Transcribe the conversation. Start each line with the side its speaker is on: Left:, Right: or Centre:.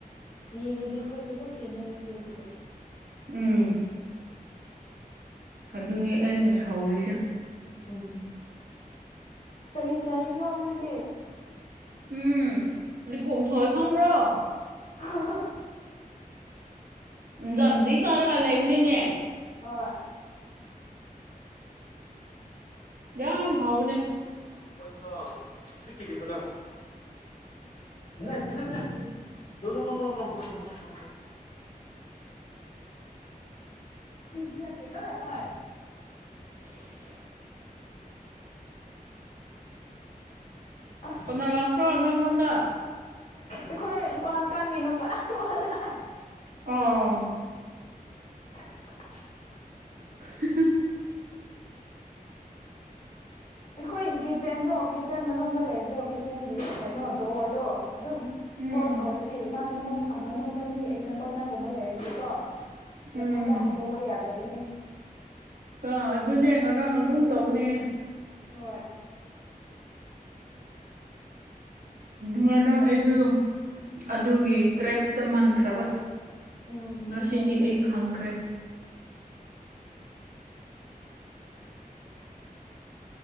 Left: ꯅꯤꯔꯗꯤ ꯑꯩꯈꯣꯏꯁꯨ ꯑꯗꯨꯝ ꯄꯤꯅꯤꯡꯉꯦ ꯄꯤꯕꯗꯤ
Right: ꯎꯝ ꯑꯗꯨꯅꯦ ꯑꯩꯅ ꯁꯥꯎꯔꯤꯁꯦ꯫
Left: ꯎꯝ ꯀꯔꯤ ꯆꯥꯔꯤꯅꯣ ꯅꯪꯗꯤ?
Right: ꯎꯝ ꯂꯤꯀꯨꯝꯊꯥꯏ ꯈꯪꯕ꯭ꯔꯣ?
Left: <unintelligible>
Right: ꯎꯝ ꯖꯝꯆꯤ ꯆꯥꯔꯒꯥ ꯂꯩꯕꯅꯤꯅꯦ
Left: ꯍꯣꯏ
Right: ꯌꯥꯝ ꯍꯥꯎꯕꯅꯦ
Left: ꯑꯥ ꯄꯣꯟꯏꯖꯣ ꯊ꯭ꯔꯤꯀꯤꯗꯤ ꯀꯨꯂꯥ ꯅꯦ <unintelligible> ꯅꯣ ꯅꯣ ꯅꯣ ꯅꯣ ꯅꯣ ꯅꯣ ꯅꯣ ꯅꯣ ꯅꯣ <unintelligible>
Right: <inaudible>
Left: ꯑꯁ
Right: ꯀꯅꯥ ꯂꯥꯛꯄ꯭ꯔꯣ ꯅꯪꯉꯣꯟꯗꯥ?
Left: ꯑꯩꯈꯣꯏ ꯃꯄꯟ ꯀꯥꯡꯒꯤ ꯅꯨꯄꯥ <unintelligible>
Right: ꯑꯣꯝ
Left: <unintelligible>
Right: <unintelligible>
Left: ꯑꯩꯈꯣꯏꯒꯤ ꯀꯤꯆꯦꯟꯗꯣ ꯀꯤꯆꯦꯟ ꯃꯅꯨꯡꯗ ꯂꯩꯕꯗꯣ ꯀꯤ ꯀꯤꯆꯦꯟꯒꯤ ꯀꯩꯅꯣ ꯗꯣꯔꯗꯣ ꯑꯗꯨꯝ
Right: ꯎꯝ
Left: ꯀ꯭ꯂꯣꯁ ꯇꯧꯔꯗꯤ ꯅꯪ ꯃꯅꯨꯡ ꯑꯥ ꯃꯅꯨꯡꯗ ꯃꯤ ꯑꯦꯛꯖꯥꯝꯄꯜ ꯅꯪꯒꯨꯝꯕ ꯂꯩꯔꯗꯤꯀꯣ
Right: ꯎꯝ
Left: ꯃꯊꯟꯗ ꯍꯟꯗꯣꯛꯄ ꯌꯥꯗꯕꯅꯦ
Right: ꯑꯥ ꯑꯗꯨꯅꯦ ꯉꯔꯥꯡ ꯑꯗꯨꯝ ꯇꯧꯅꯦ
Left: ꯍꯣꯏ
Right: ꯉꯔꯥꯡ ꯑꯩꯁꯨ ꯑꯗꯨꯒꯤ ꯇ꯭ꯔꯦꯞꯇ ꯃꯟꯈ꯭ꯔꯕ
Left: ꯎꯝ ꯑꯗꯨꯃꯥꯏꯅ
Right: ꯉꯁꯤꯗꯤ
Left: ꯇꯧꯕꯅꯦ
Right: ꯑꯩ ꯈꯪꯈ꯭ꯔꯦ <unintelligible>